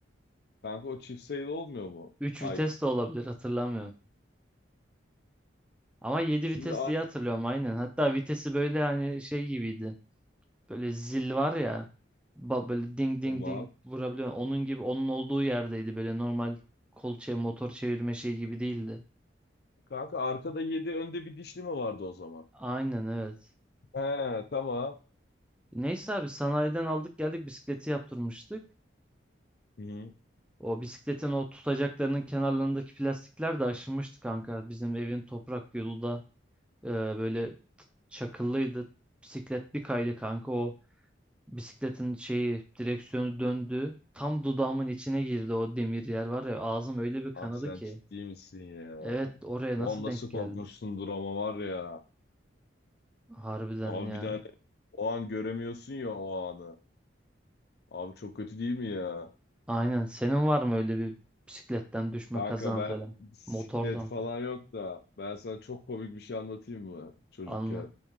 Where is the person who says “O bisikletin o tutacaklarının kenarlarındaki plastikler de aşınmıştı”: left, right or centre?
Centre